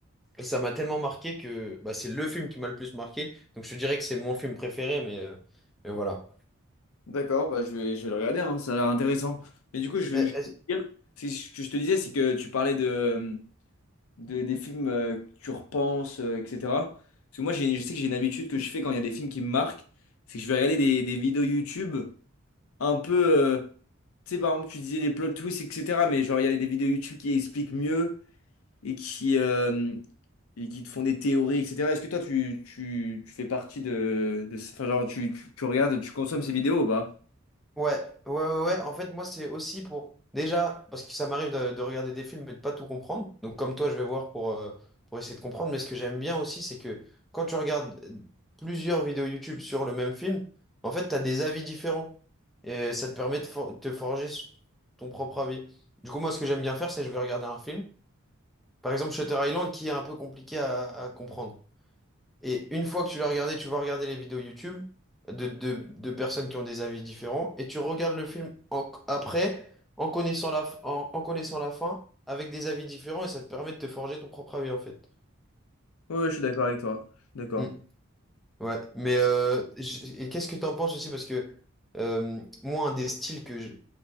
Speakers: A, in the centre; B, on the left (about 80°).
A: Et ça m'a tellement marqué que bah, c'est le film qui m'a le plus marqué. Donc je te dirais que c'est mon film préféré, mais, euh, mais voilà.
B: D'accord, bah je vais, je vais le regarder, hein, ça a l'air intéressant. Mais du coup, je,
A: Euh,
B: je,
A: est-ce-
B: veux dire, c'est ce que je te disais, c'est que tu parlais de, de, des films euh, que tu repenses, euh, etc. Parce que moi, j'ai, je sais que j'ai une habitude que je fais quand il y a des films qui me marquent, c'est que je vais regarder des, des vidéos YouTube un peu. euh, tu sais, par exemple, tu disais les plot twists, etc. Mais genre, il y a des vidéos YouTube qui expliquent mieux et qui, euh, et qui te font des théories, etc. Est-ce que toi, tu, tu, tu fais partie de, de ce- enfin, genre, tu, tu, tu regardes, tu consommes ces vidéos ou pas?
A: Ouais, ouais, ouais, ouais. En fait, moi, c'est aussi pour. Déjà, parce que ça m'arrive de, de regarder des films et de pas tout comprendre. Donc, comme toi, je vais voir pour, euh, pour essayer de comprendre. Mais ce que j'aime bien aussi, c'est que quand tu regardes euh, plusieurs vidéos YouTube sur le même film, en fait, tu as des avis différents. Et ça te permet de for- te forger ton propre avis. Du coup, moi, ce que j'aime bien faire, c'est je vais regarder un film. Par exemple, Shutter Island, qui est un peu compliqué à, à comprendre. Et une fois que tu l'as regardé, tu vas regarder les vidéos YouTube de, de- de personnes qui ont des avis différents, et tu regardes le film en- après, en connaissant la, f- en, en connaissant la fin, avec des avis différents, et ça te permet de te forger ton propre avis, en fait.
B: Ouais, je suis d'accord avec toi. Je suis D'accord.
A: Mm. Ouais, mais euh, j- et qu'est-ce que tu en penses aussi? Parce que euh, moi, un des styles que je-